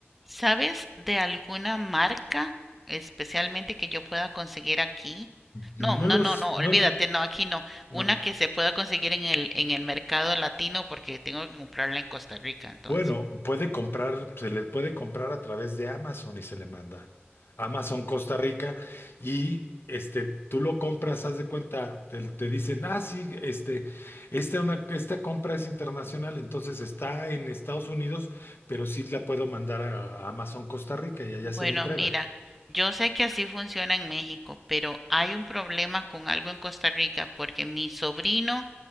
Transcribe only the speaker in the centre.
¿Sabes de alguna marca especialmente que yo pueda conseguir aquí?
No, no,
no, no,
olvídate, no, aquí no.
Una que se pueda conseguir en el en el mercado latino porque tengo que comprarla en Costa Rica, entonces.
Bueno,
mira, yo sé que así funciona en México, pero hay un problema con algo en Costa Rica porque mi sobrino